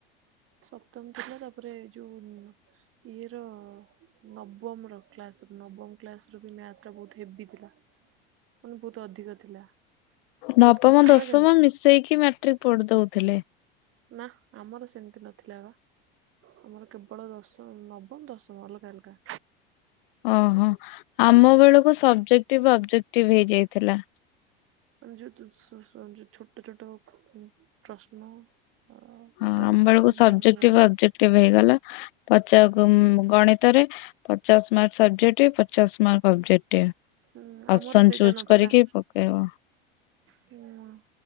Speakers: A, on the right; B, on the left.
A: ସପ୍ତମ ଥିଲା ତାପରେ କୋଉ ଇଏ ର ନବମ ର କ୍ଲାସ ର ନବମ କ୍ଲାସ ର ମ୍ୟାଥ ବହୁତ ହେବି ଥିଲା। ପଣି ବହୁତ ଅଧିକ ଥିଲା।
B: ନବମ
A: ବହୁତ କଷ୍ଟ
B: ଦଶମ
A: ଲାଗେନି?
B: ମିଶେଇକି ମାଟ୍ରିକ ପଢି ଦଉଥିଲେ।
A: ନା ଆମର ସେମିତି ନଥିଲା ବା। ଆମର କେବଳ ଦଶମ ନବମ ଦଶମ ଅଲଗା ଅଲଗା।
B: ଓହୋ ଆମ ବେଳକୁ ସବ୍‌ଜେକ୍ଟିଭ୍ ଅବ୍‌ଜେକ୍ଟିଭ ହେଇଯାଇଥିଲା।
A: ତମେ ଯୋଉ ଛୋଟ ଛୋଟ ପ୍ରଶ୍ନ ଓ
B: ହଁ
A: ଉତ୍ତର
B: ଆମ ବେଳକୁ
A: ଆଉ
B: ସବଜେକ୍ଟିଭ
A: ବଡ଼ ବଡ଼।
B: ଅବଜେକ୍ଟିଭ ହେଇଗଲା ପଚା ଗଣିତରେ ପଚାଶ ମାର୍କ ସବଜେକ୍ଟ ପଚାଶ ମାର୍କ ଅବଜେକ୍ଟିଭ।
A: ହୁଁ
B: ଅପସନ
A: ଆମର ସେଇଟା
B: ଚୁଜ
A: ନଥିଲା।
B: କରିକି ପକେଇବ
A: ହୁଁ